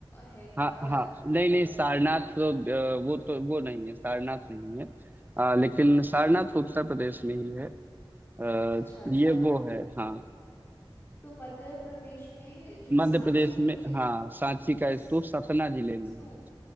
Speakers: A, on the left; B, on the right.
A: है क्या
B: हाँ हाँ
A: अ,
B: नहीं
A: मतलब
B: नहीं सारनाथ तो अ, वो तो वो नहीं है सारनाथ नहीं है अ, लेकिन सारनाथ तो उत्तर प्रदेश में ही है अ,
A: अच्छा अच्छा
B: ये वो है हाँ
A: तो मध्य प्रदेश में जो
B: मध्य
A: सांची
B: प्रदेश में
A: के
B: हाँ सांची का
A: स-
B: स्तूप सतना जिले में
A: स्तूप
B: है